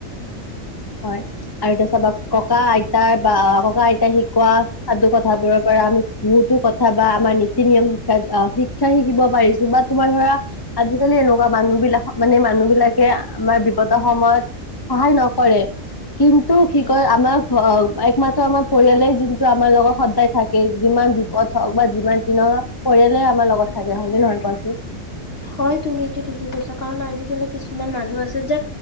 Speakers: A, on the left; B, on the left.
A: হয়। আৰু তাৰপিছত ককা আইতাৰ বা ককা আইতাই শিকোৱা সাধু কথাবোৰৰ পৰা আমি বহুতো কথা বা আমাৰ নীতি নিয়ম শিকাত শিক্ষা শিকিব পাৰিছো। বা তোমাৰ ধৰা আজিকালি এনেকুৱা মানুহ বিলাক মানে মানুহ বিলাকে আমাৰ বিপদৰ সময়ত সহায় নকৰে। কিন্তু কি কয় আমাৰ ঘৰ একমাত্ৰ আমাৰ পৰিয়ালে যোনটো আমাৰ লগত সদায় থাকে। যিমান বিপদ হওঁক বা যিমান যা পৰিয়ালে আমাৰ লগত থাকে হয় নহয় কোৱাচোন?
B: হয়। তুমি এইটো ঠিকে কৈছা, কাৰণ আজিকালি কিছুমান মানুহ আছে যে